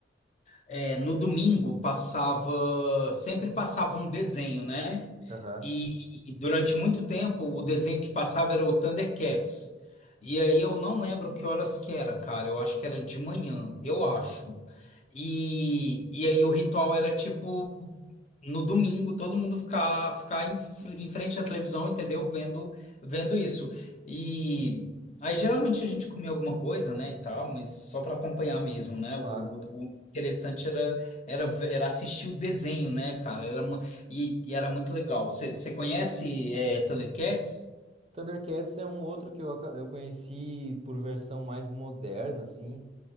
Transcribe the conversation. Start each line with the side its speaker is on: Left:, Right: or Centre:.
Left: é, no domingo passava. Sempre passava um desenho, né?
Right: Aham,
Left: E, e durante muito tempo o desenho que passava era o Thundercats. E aí eu não lembro que horas que era, cara. Eu acho que era de manhã, eu acho. E, e aí o ritual era tipo. no domingo todo mundo ficar ficar em, fr- em frente à televisão, entendeu? Vendo vendo isso. E aí geralmente a gente comia alguma coisa, né, e tal, mas só para acompanhar mesmo, né?
Right: claro.
Left: O, o- o interessante era, era ve- era assistir o desenho, né, cara? Era uma, e, e era muito legal. Você você conhece é, Thundercats?
Right: Thundercats é um outro que eu, aca- eu conheci por versão mais moderna, assim.